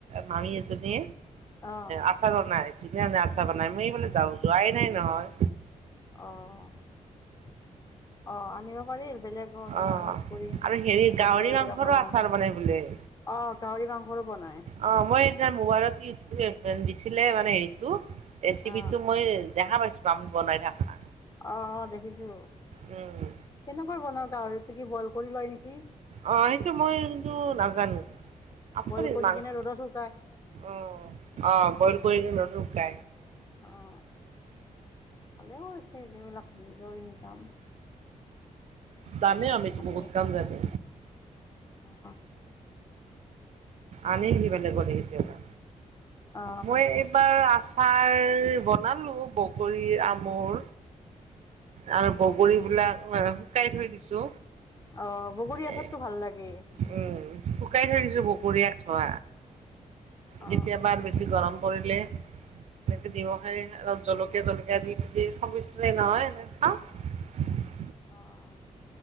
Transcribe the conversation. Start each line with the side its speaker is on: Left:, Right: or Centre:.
Right: মামি এজনে
Left: অ
Right: আচাৰ নাই ন ন আ চাব নাই মই বোলে যাব যোৱাই নাই নহয়
Left: আহ' অ আনিব পাৰি বেলেগৰ
Right: অ',
Left: পৰা আনাত পৰি
Right: আৰু হেৰি গাহৰি
Left: বজগাৰ
Right: মাংসৰো
Left: বিলাকল
Right: আচাৰ
Left: অ
Right: বনাই বোলে।
Left: গাহৰি মাংসৰো বনাই
Right: অ মই মোবাইলত ইটিব দিছিলে মানে হেৰিতটো ৰেচিপি
Left: অ
Right: টো মই দেেহা পাইছ পমান বন নাই থাকা
Left: অ অ দেখিছো।
Right: উম
Left: কেনেকৈ বনাওঁ গাহৰিটো কি বইল কৰি লয় নি?
Right: অ সেইটো মই কিন্তু নাজানো আপুনি
Left: বইল কৰি
Right: মাংস
Left: কিনে ৰ'দত শুকাই
Right: অ অ বইল কৰি <unintelligible>
Left: অ, ভালেই কৰিছে এইবিলাক নিজৰ ইনকাম।
Right: জানে আমিটো
Left: আছে
Right: বহুত কাম জানে।
Left: অ।
Right: আনিম সিফালে গলে কেতিয়াবা
Left: অ
Right: মই এইবাৰ আছ ছাৰ বনালো বগৰী, আমৰ আৰু বগৰী বিলাক শুকাই থৈ দিছো।
Left: অ বগৰী আচাৰটো
Right: এ
Left: ভাল লাগে
Right: উম শুকাই থৈ দিছো বগ <unintelligible> থোৱা
Left: অ
Right: কেতিয়াবা বেছি গৰম পৰিলে এনেকে নিমখপ জলকীয়া জলকীয়া দি পুজি খাব ন নহয় এনে খাওঁ। <inaudible>
Left: অহ।